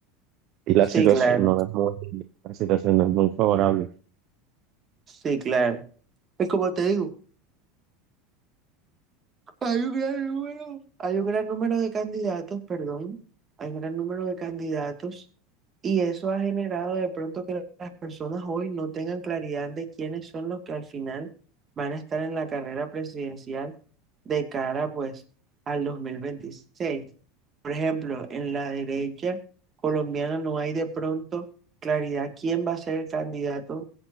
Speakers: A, on the right; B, on the right.
A: y la
B: Sí,
A: situación
B: claro,
A: no es muy, la situación no es muy favorable.
B: sí, claro. Y como te digo, Hay un gran número, hay un gran número de candidatos, perdón, hay un gran número de candidatos y eso ha generado de pronto que las personas hoy no tengan claridad de quiénes son los que al final van a estar en la carrera presidencial de cara pues al 2026. Por ejemplo, en la derecha colombiana no hay de pronto claridad quién va a ser el candidato